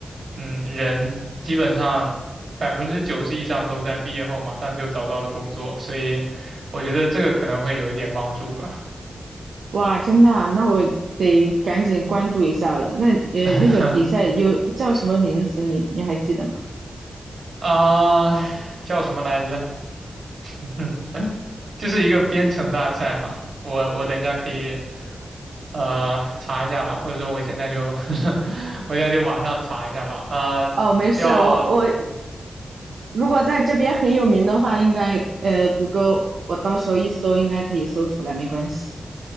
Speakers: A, on the right; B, on the right.
A: 嗯，人基本上百分之九十以上都在毕业后马上就找到了工作，所以我觉得这个可能会有一点帮助吧。
B: 哇，真的啊那我得赶紧关注一下了。那呃，
A: <laughs>
B: 那个比赛有叫什么名字？你你还记得吗？
A: 啊、叫什么来着？<laughs> 就是一个编程大赛嘛。我我等一下可以呃查一下吧，或者说我现在就 <laughs> 我现在就马上查一下吧。呃，
B: 哦，没事儿我我
A: 叫
B: 如果在这边很有名的话，应该呃，谷歌我到时候一搜应该可以搜出来，没关系。